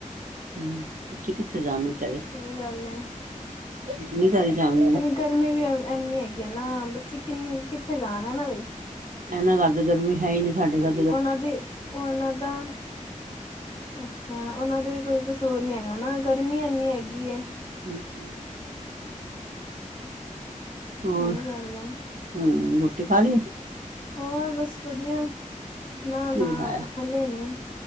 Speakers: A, on the right; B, on the left.
A: ਹੁੰ ਬੱਚੇ ਕਿੱਥੇ ਜਾਨ ਵਿਚਾਰੇ
B: ਸਈ ਗਾੱਲ ਐ।
A: ਨਾਨੀ ਘਰੇ ਜਾਨ।
B: ਐਨੀ ਗਰਮੀ ਵੀ ਐਵ ਐਨੀ ਹੈਗੀ ਐ ਨਾ, ਬੱਚੇ ਕਿਨ ਕਿੱਥੇ ਜਾਨ ਹੈਨਾ ਬਈ
A: ਐਨਾ ਘਾੱਰ ਤੇ ਗਰਮੀ ਹੈ ਈ ਨੀ ਸਾਡੇ ਘਾੱਰ
B: ਓਨਾਂ ਦੀ, ਓਨਾਂ ਦਾ ਅੱਛਾ, ਓਨਾਂ ਦੇ ਵੀ ਕੋਈ ਕਸੂਰ ਨੀ ਹੈਗਾ ਨਾ, ਗਰਮੀ ਐਨੀ ਹੈਗੀ ਏ।
A: ਹੂੰ ਹੂੰ। ਹੋਰ,
B: ਸਹੀ ਗੱਲ ਹੈ
A: ਹੂੰ ਰੋਟੀ ਖਾਲੀ ਏ
B: ਹੋਰ ਬਸ ਵਦੀਆ, ਨਾ-ਨਾ
A: ਕੀ ਬਣਾਇਆ
B: ਹਲੇ ਨੀ